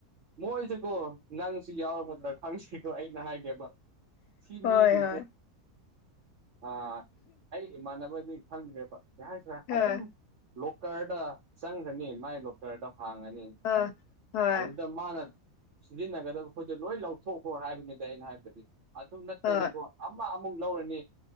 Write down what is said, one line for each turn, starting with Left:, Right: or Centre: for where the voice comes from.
Right: ꯃꯣꯏꯁꯤꯦꯀꯣ ꯅꯪꯁꯨ ꯌꯥꯎꯔꯝꯃꯗ꯭ꯔꯥ ꯈꯪꯁꯤꯀꯣ ꯑꯩꯅ ꯍꯥꯏꯒꯦꯕ ꯁꯤ
Left: ꯍꯣꯏ
Right: ꯃꯤꯁꯤ
Left: ꯍꯣꯏ
Right: ꯑ ꯑꯩꯒꯤ ꯏꯃꯥꯟꯅꯕꯗꯤ ꯈꯪꯗ꯭ꯔꯦꯕ ꯌꯥꯏꯁ꯭ꯔꯦ
Left: ꯍꯣꯏ
Right: ꯑꯗꯨꯝ ꯂꯣꯀꯔꯗ ꯆꯪꯈꯅꯤ ꯃꯥꯏ ꯂꯣꯀꯔꯗ ꯍꯥꯡꯉꯅꯤ꯫
Left: ꯑ ꯍꯣꯏ
Right: ꯑꯗꯨꯗ ꯃꯥꯅ ꯁꯤꯖꯤꯟꯅꯒꯗꯕ ꯄꯣꯠꯁꯦ ꯂꯣꯏ ꯂꯧꯊꯣꯛꯈꯣ ꯍꯥꯏꯕꯅꯤꯗ ꯑꯩꯅ ꯍꯥꯏꯕꯗꯤ꯫ ꯑꯗꯨ ꯅꯠꯇꯅꯀꯣ
Left: ꯍꯣꯏ
Right: ꯑꯃ ꯑꯃꯨꯛ ꯂꯧꯔꯅꯤ